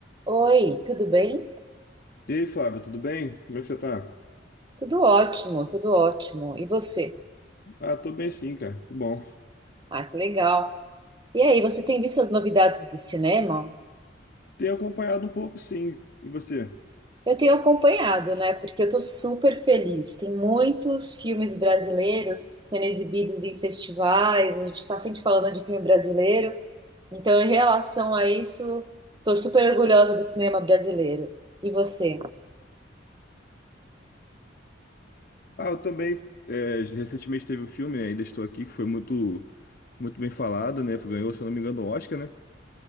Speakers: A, on the right (about 25°); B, on the left (about 50°).
A: Oi, tudo bem?
B: E aí, Flávio, tudo bem? Como é que você tá?
A: Tudo ótimo, tudo ótimo. E você?
B: Ah, tô bem sim, cara. Tudo bom.
A: Ah, que legal. E aí, você tem visto as novidades do cinema?
B: Tenho acompanhado um pouco, sim. E você?
A: Eu tenho acompanhado, né? Porque eu tô super feliz. Tem muitos filmes brasileiros sendo exibidos em festivais, a gente tá sempre falando de filme brasileiro. Então, em relação a isso, tô super orgulhosa do cinema brasileiro. E você?
B: Ah, eu também. é, recentemente teve o filme, né? Ainda Estou Aqui, que foi muito, muito bem falado, né? Ganhou, se eu não me engano, o Oscar, né?